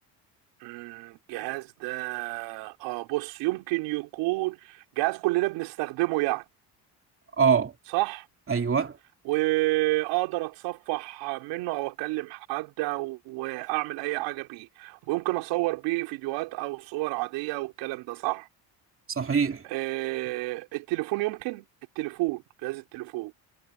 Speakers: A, on the right (about 85°); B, on the right (about 30°).
A: أمم، الجهاز ده اه بص يمكن يكون جهاز كلنا بنستخدمه يعني
B: آه
A: صح
B: أيوه
A: واقدر اتصفح منه او اكلم حد واعمل اي حاجة بيه ويمكن اصور بيه فيديوهات او صور عادية والكلام ده صح
B: صحيح
A: آه التليفون يمكن التليفون جهاز التليفون